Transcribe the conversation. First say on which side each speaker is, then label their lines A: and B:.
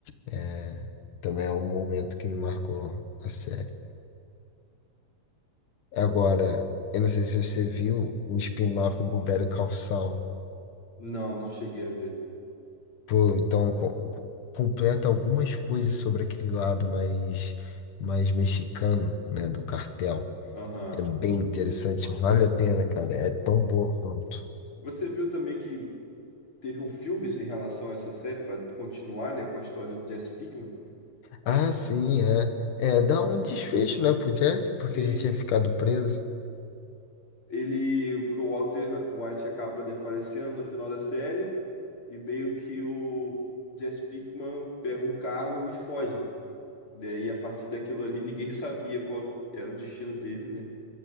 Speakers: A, on the left; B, on the left.
A: É, também é um momento que me marcou a série. Agora, eu não sei se você viu o spin-off do Better Call Saul.
B: Não, não cheguei a ver.
A: Pô, então co- co- completa algumas coisas sobre aquele lado mais, mais mexicano, né, do cartel.
B: Aham.
A: É bem interessante, vale a pena, cara. É tão boa quanto.
B: Você viu também que teve um filme assim, em relação a essa série para continuar, né, com a história do Jesse Pinkman.
A: Ah, sim, é. É, dá um desfecho, né, pro Jesse, porque
B: Sim,
A: ele tinha ficado preso.
B: ele, que o Walter White acaba, né, falecendo no final da série e meio que o Jesse Pinkman pega um carro e foge. né? E a partir daquilo ali ninguém <laughs> sabia qual era o destino dele, né?